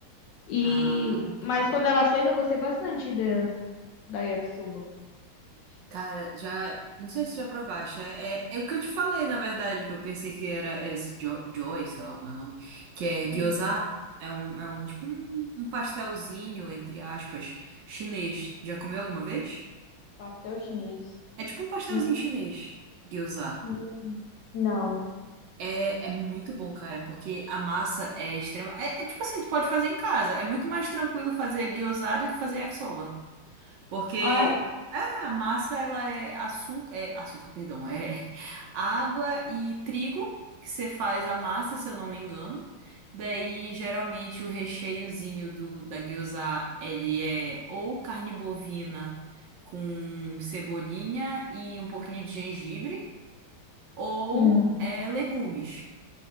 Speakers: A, on the left; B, on the right.
A: E...
B: Ah, entendi.
A: Mas quando ela fez, eu gostei bastante da, da yakisoba.
B: Cara, já. Não sei se já provaste. É, é, é o que eu te falei, na verdade, que eu pensei que era, era esse jo Joy, sei lá como é o nome. Que é gyoza.
A: Sim,
B: É um, é um tipo um, um pastelzinho, entre aspas, chinês. Já comeu alguma vez?
A: pastel chinês.
B: É tipo um pastelzinho
A: Hum,
B: chinês. Gyoza.
A: hum, Não.
B: É, é muito bom, cara, porque a massa é extrema. É, é tipo assim, tu pode fazer em casa. É muito mais tranquilo fazer guiosado do que fazer yakisoba. Porque
A: Ah, é?
B: é, a massa, ela é açúcar, é açúcar, perdão, é água e trigo que você faz a massa, se eu não me engano. Daí, geralmente, o recheiozinho do, da gyoza ele é ou carne bovina com cebolinha e um pouquinho de gengibre, ou
A: Uhum.
B: é legumes.